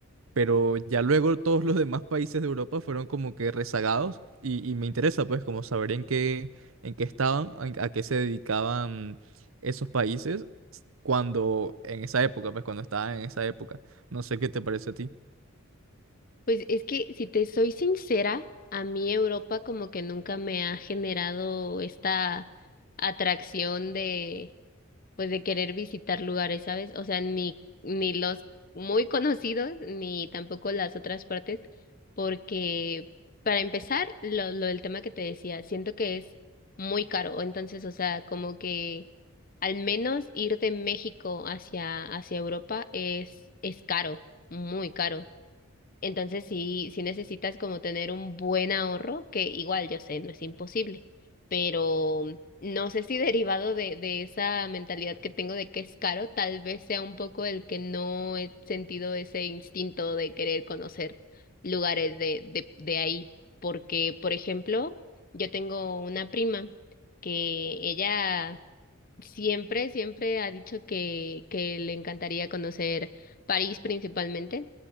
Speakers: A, on the right (about 75°); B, on the left (about 45°).
A: Pero ya luego todos los demás países de Europa fueron como que rezagados y, y me interesa pues como saber en qué, en qué estaban, en- a qué se dedicaban esos países cuando en esa época, pues cuando estaban en esa época. No sé qué te parece a ti.
B: Pues es que si te soy sincera, a mí Europa como que nunca me ha generado esta atracción de pues de querer visitar lugares, ¿sabes? O sea, ni ni los muy conocidos ni tampoco las otras partes, porque para empezar, lo lo del tema que te decía, siento que es muy caro, entonces, o sea, como que al menos ir de México hacia hacia Europa es es caro, muy caro. Entonces sí, sí necesitas como tener un buen ahorro, que igual yo sé, no es imposible, pero mm, no sé si <laughs> derivado de, de esa mentalidad que tengo de que es caro, tal vez sea un poco el que no he sentido ese instinto de querer conocer lugares de, de, de ahí. Porque, por ejemplo, yo tengo una prima que ella Siempre, siempre ha dicho que, que le encantaría conocer París principalmente,